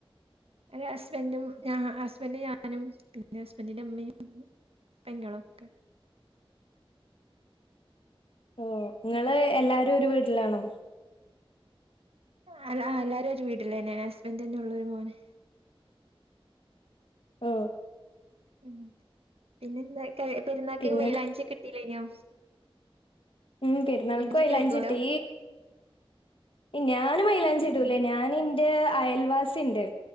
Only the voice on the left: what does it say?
ഓ ങ്ങള് എല്ലാരും ഒരു വീട്ടിലാണോ?
ഓ
പിന്നെ
ഉം പെരുന്നാൾകൊയ്ലാഞ്ചിട്ടീ
ഇ ഞാനും മൈലാഞ്ചി ടൂലെ ഞാനെന്റെ അയൽവാസിണ്ട്